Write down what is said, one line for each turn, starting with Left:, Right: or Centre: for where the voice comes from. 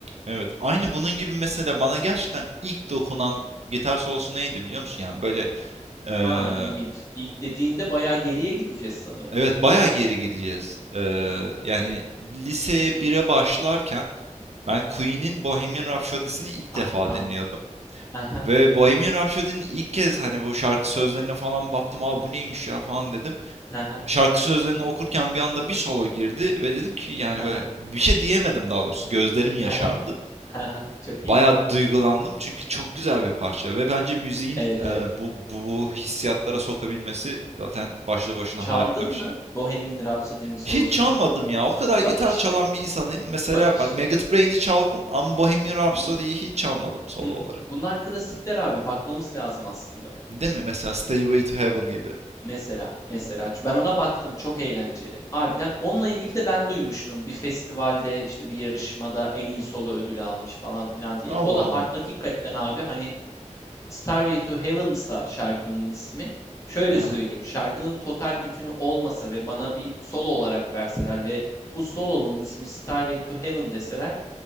Right: Evet. Aynı bunun gibi mesela bana gerçekten ilk dokunan gitar solosu neydi biliyor musun? Yani böyle eee,
Left: Aa ilginç. İlk dediğinde bayağı geriye gideceğiz sanırım.
Right: evet bayağı geri gideceğiz. Eee, yani liseye bire başlarken ben Queen'in Bohemian Rhapsody'sini ilk defa
Left: Ah tam.
Right: dinliyordum.
Left: Aha.
Right: Ve Bohemian Rhapsody'nin ilk kez hani bu şarkı sözlerine falan baktım. Aa bu neymiş ya falan dedim.
Left: Aha.
Right: Şarkı sözlerini okurken bir anda bir solo girdi ve dedim ki yani
Left: Aha.
Right: böyle bir şey diyemedim daha doğrusu. Gözlerim yaşardı.
Left: Aha. Aha. Çok
Right: Bayağı
Left: iyi.
Right: duygulandım çünkü çok güzel bir parça ve bence müziğin
Left: Evet
Right: e,
Left: evet.
Right: bu, bu bu hissiyatlara sokabilmesi zaten başlı başına
Left: Çaldın
Right: harika bir şey.
Left: mı Bohemian Rhapsody'nin solosunu?
Right: Hiç çalmadım ya. O kadar gitar
Left: Bak işte.
Right: çalan bir insanım. Mesela
Left: Bak işte.
Right: bak Maggot Brain'i çaldım ama Bohemian Rhapsody'yi
Left: Hı hı,
Right: hiç çalmadım solo
Left: hı hı.
Right: olarak.
Left: Bunlar klasikler abi. Bakmamız lazım aslında.
Right: Değil mi? Mesela Stairway to Heaven gibi.
Left: Mesela, mesela ben ona baktım çok eğlenceli. Harbiden onunla ilgili de ben duymuştum bir festivalde işte bir yarışmada en iyi solo ödülü almış falan filan diye.
Right: Allah
Left: O da ha-
Right: Allah.
Left: hakikaten abi hani Starway to Heaven'sa şarkının ismi. Şöyle
Right: Aha.
Left: söyleyeyim şarkının total bütünü olmasa ve bana bir solo olarak verseler ve bu solonun ismi Starway to Heaven deseler